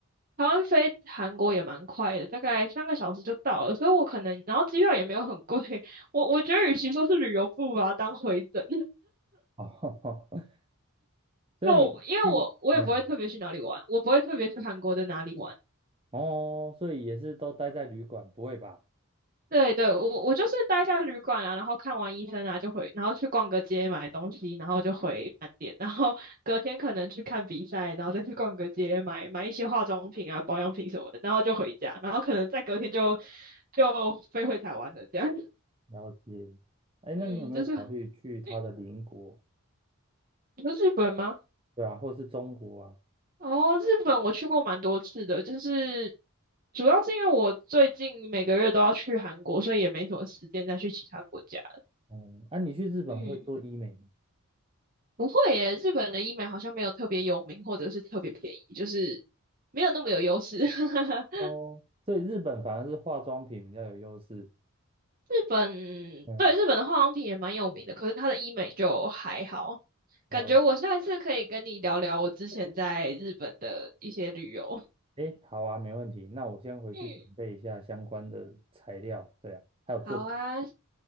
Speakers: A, on the right; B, on the right.
A: 台湾飞韩国也蛮快的，大概三个小时就到了，所以我可能然后机票也没有很贵，<laughs> 我我觉得与其说是旅游，不如把它当回诊。
B: 哦，<laughs> 所以你去，
A: 就因为我我也不会特别去哪里玩，
B: 嗯，
A: 我不会特别去韩国的哪里玩。
B: 哦，所以也是都待在旅馆，不会吧？
A: 对对，我我就是待在旅馆啊，然后看完医生啊就回，然后去逛个街买东西，然后就回饭店，然后隔天可能去看比赛，然后再去逛个街买买一些化妆品啊、保养品什么的，然后就回家，然后可能再隔天就就飞回台湾了，这样。<laughs>
B: 了解。哎，那你有没有考虑去他的邻国？
A: 嗯，就是嗯，<coughs> 你说日本吗？
B: 对啊，或是中国啊？
A: 哦，日本我去过蛮多次的，就是主要是因为我最近每个月都要去韩国，所以也没什么时间再去其他国家。
B: 哦，啊，你去日本会做医美吗？
A: 嗯，不会耶，日本的医美好像没有特别有名，或者是特别便宜，就是没有那么有优势。<laughs>
B: 哦，所以日本反而是化妆品比较有优势。
A: 日本，
B: 嗯，
A: 对，日本的化妆品也蛮有名的，可是它的医美就还好。
B: 了，
A: 感觉我下一次可以跟你聊聊我之前在日本的一些旅游。
B: 哎，好啊，没问题。那我先回去准备一下相关的材料。
A: 嗯，
B: 对啊，还有作品。
A: 好啊，